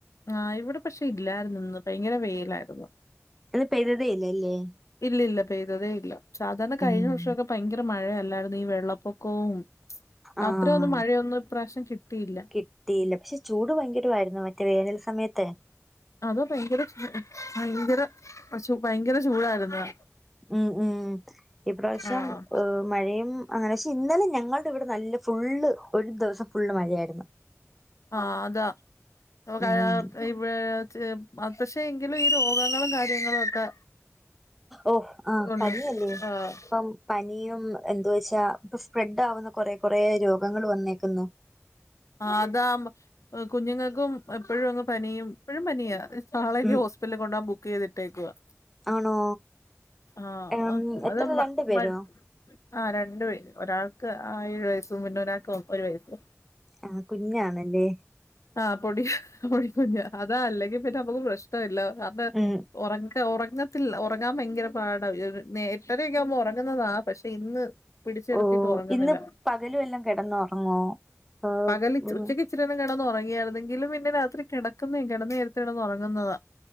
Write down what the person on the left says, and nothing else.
ആഹ് ഇവിടെ പക്ഷെ ഇല്ലായിര്ന്നു. ഇന്ന് ഭയങ്കര വെയിലായിര്ന്നു
ഇല്ല ഇല്ല പെയ്തതേ ഇല്ല. സാധാരണ കഴിഞ്ഞ
വർഷൊക്കെ ഭയങ്കര മഴയ അല്ലായിരുന്നു. ഈ വെള്ളപ്പൊക്കവും
അത്രയൊന്നും മഴയൊന്നും ഇപ്രാവശ്യം കിട്ടിയില്ല
അതോ ഭയങ്കര ചൂ ഭയങ്കര ഭയങ്കര ചൂടായിരുന്നു
ആഹ്
ആഹ് അതാ <unintelligible>
<unintelligible> പക്ഷെ എങ്കിലും ഈ രോഗങ്ങളും കാര്യങ്ങളും ഒക്കെ
ഉണ്ട്
ആഹ്
ആഹ് അതാ കുഞ്ഞുങ്ങൾക്കും എപ്പഴും അങ്ങ് പനിയും എപ്പഴും പനിയാ നാളെ ഇനി
ഹോസ്പിറ്റല്കൊണ്ടോ ഹാൻ ബുക്ക് ചെയ്തിട്ടേക്ക്വാ
ആഹ്
അഹ്
അത് <unintelligible> <unintelligible> <unintelligible> മ്മ
ആ രണ്ടു പേര്. ഒരാൾക്ക് ആ ഏഴു വയസ്സും. പിന്നെ ഒരാൾക്ക് ഒരു വയസ്
ആഹ് പൊടി പൊടി കുഞ്ഞ അതാ അല്ലെങ്കി പിന്നെ നമ്മുക്ക് പ്രശ്ന ഇല്ല അത്
ഒറങ്ങ് ല്ല ഒറങ്ങത്തില്ല. ഒറങ്ങാൻ ഭയങ്കര പാട എട്ടരേയൊക്കെ ആകുമ്പോ ഒറങ്ങുന്നതാ പക്ഷെ ഇന്ന് പിടിച്ചെടുത്തിട്ട്
ഒറങ്ങുന്നില്ല.
പകലച്ച്
ഉച്ചക്ക് ഇച്ചിരി കിടന്നുറങ്ങിയായിരുന്നെങ്കിൽ പിന്നെ രാത്രി കെടക്കുന്ന കിടന്നയേരത്ത് കെടന്ന ഉറങ്ങുന്നതാ